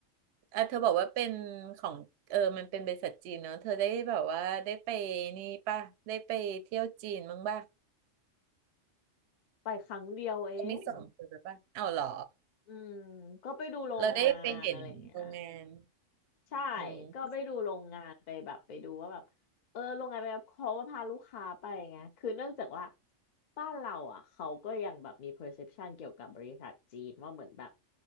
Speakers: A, on the right (about 65°); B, on the left (about 65°).
A: อ่ะเธอบอกว่าเป็นของเออมันเป็นบริษัทจีนเนอะเธอได้แบบว่าได้ไปนี่ป่ะได้ไปเที่ยวจีนบ้างป่ะ
B: ไปครั้งเดียวเอง
A: เขาไม่ส่งเธอไปป่ะเอ้าเหรอ
B: อืมก็ไปดูโรงงานอะไรอย่างเงี้ย
A: เราได้ไปเห็นโรงงาน
B: ใช่
A: อืม
B: ก็ไปดูโรงงานไปแบบไปดูว่าแบบเออโรงงานไปเขาก็พาลูกค้าไปไงคือเนื่องจากว่าบ้านเราอ่ะเขาก็ยังแบบมี perception เกี่ยวกับบริษัทจีนว่าเหมือนแบบ